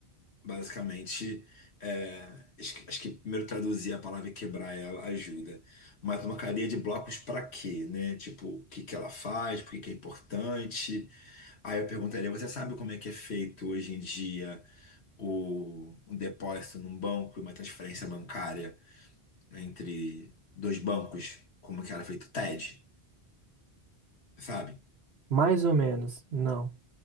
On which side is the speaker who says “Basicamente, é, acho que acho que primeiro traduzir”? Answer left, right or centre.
Left